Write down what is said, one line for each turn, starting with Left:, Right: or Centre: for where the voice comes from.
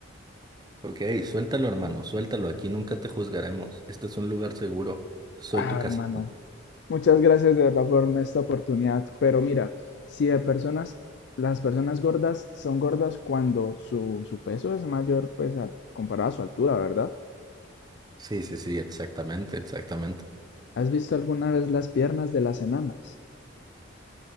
Right: Ok, suéltalo, hermano, suéltalo. Aquí nunca te juzgaremos. Este es un lugar seguro. Soy
Left: Ah,
Right: tu casita.
Left: hermano. Muchas gracias de verdad por esta oportunidad, pero mira, si de personas, las personas gordas son gordas cuando su, su peso es mayor, pues al- comparado a su altura, ¿verdad?
Right: Sí, sí, sí, exactamente, exactamente.
Left: ¿Has visto alguna vez las piernas de las enanas?